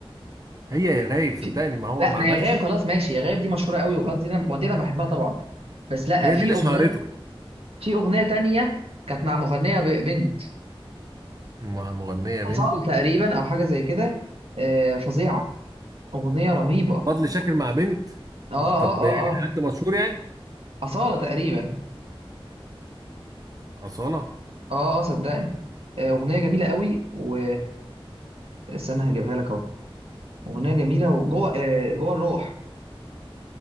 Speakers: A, on the right; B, on the right.
A: هي يا غايب صدقني
B: في
A: ما هو
B: لا
A: ما
B: ما
A: عملش
B: يا غاب خلاص ماشي يا غاب دي مشهوره قوي وخلاص دي انا ما دي انا بحبها طبعا بس لا
A: هي
B: في
A: دي اللي
B: اغنيه
A: شهرته
B: في اغنيه تانية كانت مع مغنيه ب- بنت
A: مع مغنية
B: أصالة
A: بنت
B: تقريبا او حاجه زي كده آه، فظيعه أغنية رهيبة آه
A: فضل شاكر مع بنت
B: آه آه
A: طب يعني
B: آه
A: حد مشهور يعني
B: أصالة تقريبا
A: أصالة
B: آه آه صدقني آه، أغنية جميلة قوي و استنى هجيبها لك أهو أغنية جميلة وجوه آه، جوه الروح